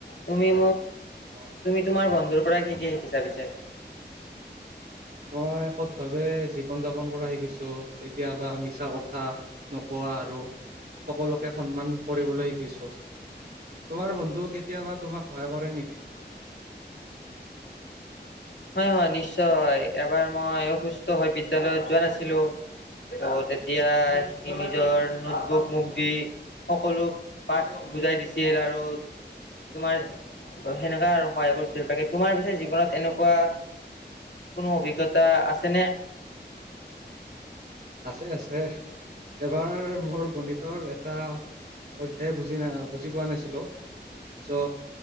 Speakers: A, on the left; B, on the right.
A: তুমি
B: অ'
A: তুমি তোমাৰ বন্ধুৰ পৰা কি কি শিকিছাবিছে
B: মই সত প্ৰথাৱে জীৱন যাপন কৰা শিকিছো কেতিয়াবা মিছা কথা নকোৱা আৰু সকলোকে সন্মান কৰিবলৈ শিকিছো তোমাৰ বন্ধু কেতিয়াবা তোমাক ভয় কৰে নেকি
A: হয় হয় নিশ্চয় এবাৰ মই অসুস্থ হৈ বিদ্য়ালয়ত যোৱা নাছিলো ত তেতিয়া
B: অ'
A: সমি নিজৰ নোটবুক মোক দি সকলো পাঠ বুজাই দিছিল আৰু তোমাৰ সেনেকাা আৰু সহায় কৰিছিলো বাকী তোমাৰ পিছে জীৱনত এনেকুৱা োৱা কোনো অভিজ্ঞতা আছেনে
B: আছে আছে এবাৰ মোৰ গণিতৰ এটা অধ্যায় বুজি নাই বুজি পোৱা নাছিলো চ'